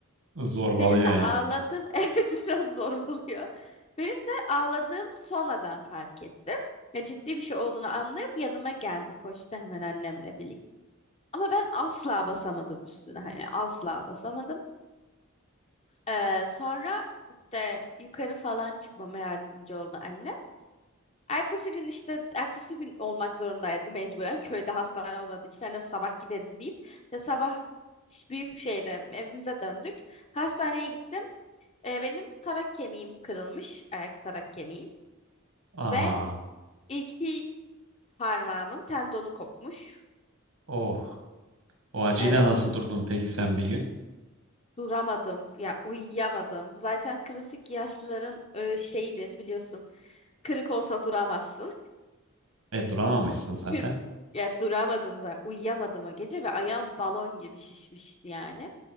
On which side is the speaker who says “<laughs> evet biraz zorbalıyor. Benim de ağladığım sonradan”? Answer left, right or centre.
Left